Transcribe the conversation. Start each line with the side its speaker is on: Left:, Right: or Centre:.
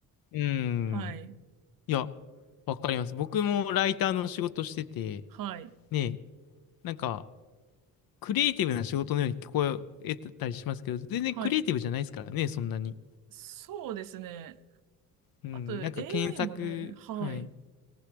Left: い。うん。
Right: はい、
Left: いや、わかります。僕もライターの仕事してて、
Right: はい、
Left: ね、なんか、クリエイティブな仕事のように聞こえたりしますけど、全然クリエイティブじゃないですからね、
Right: はい。
Left: そんなに。
Right: そうですね。
Left: うん、
Right: あと、
Left: なんか検索、
Right: AI もね、はい。
Left: はい、